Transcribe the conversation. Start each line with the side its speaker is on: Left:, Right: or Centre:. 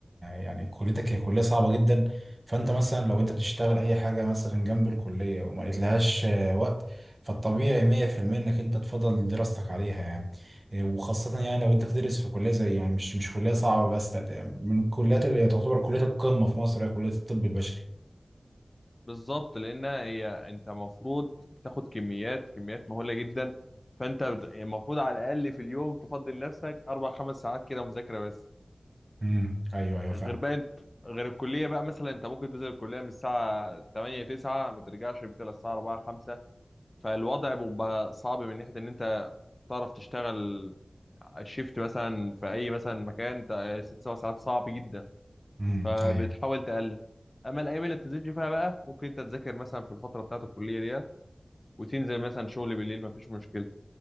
Right: يعني كليتك هي كلية صعبة جدا فانت مثلا لو انت بتشتغل اي حاجة مثلا جنب الكلية وما لقيتلهاش آه، وقت فالطبيعي 100% انك انت تفضل دراستك عليها يعني آه، وخاصة يعني لو انت بتدرس في كلية زي يعني مش مش كلية صعبة بس لا، من الكليات اللي تعتبر كلية القمة في مصر هي كلية الطب البشري
Left: بالظبط لان هي انت المفروض بتاخد كميات كميات مهوله جدا فانت بت- المفروض على الاقل في اليوم تفضل نفسك اربع خمس ساعات كده مذاكره بس
Right: امم ايوه ايوه
Left: غير
Right: فعلا
Left: بقى انت غير الكليه بقى مثلا انت ممكن تنزل الكليه من الساعه 8 9 ما ترجعش بتلا الساعه 4 5 فالوضع بيبقى صعب من ناحيه ان انت تعرف تشتغل الشيفت مثلا في اي مثلا مكان ت- ست سبع ساعات صعب جدا
Right: امم
Left: فبتحاول
Right: ايوه
Left: تقلل اما الايام اللي بتنزلش فيها بقى ممكن انت تذاكر مثلا في الفتره بتاعت الكليه ديت وتنزل مثلا شغل بالليل مفيش مشكله